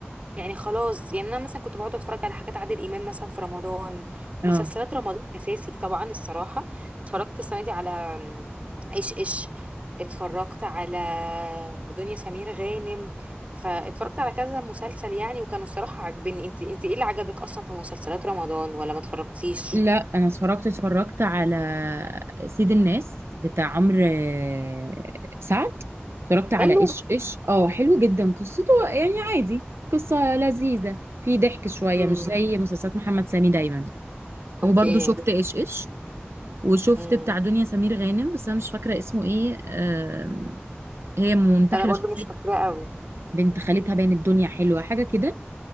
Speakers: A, on the right (about 35°); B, on the right (about 75°).
A: يعني خلاص يعني أنا مثلا كنت بقعد أتفرج على حاجات عادل إمام مثلا في رمضان مسلسلات
B: اه
A: رمضان أساسي طبعا الصراحة اتفرجت السنة دي على إيش إيش اتفرجت على دنيا سمير غانم فاتفرجت على كذا مسلسل يعني وكانوا الصراحة عاجبني انت انت ايه اللي عجبك أصلا في مسلسلات رمضان ولا ما اتفرجتيش؟
B: لا انا اتفرجت اتفرجت على سيد الناس بتاع عمرو آه، سعد اتفرجت على
A: حلو
B: ايش ايش اه حلو جدا قصته يعني عادي قصه لذيذه في ضحك شويه
A: امم
B: مش زي مسلسلات محمد سامي دايما
A: اوكي
B: وبرضه شفت ايش ايش وشفت
A: مم.
B: بتاع دنيا سمير غانم بس انا مش فاكره اسمه ايه آه هي منتحله
A: انا برضو
B: شخصيه
A: مش فاكراه قوي
B: بنت خالتها باين الدنيا حلوه حاجه كده